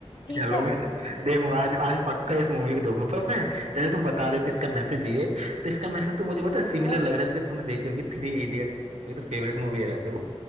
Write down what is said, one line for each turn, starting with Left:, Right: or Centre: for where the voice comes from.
Left: ठीक
Right: चलो
Left: है
Right: मैं देखूंगा आज आज पक्का इस मूवी को देखूंगा पर पता है जैसे तुम बता रहे हो कि इसका मैसेज ये है तो इसका मैसेज तो मुझे पता है सिमिलर
Left: <laughs>
Right: लग रहा है जैसे तुमने देखी होगी थ्री इडियट मेरी तो फेवरेट मूवी है वैसे वो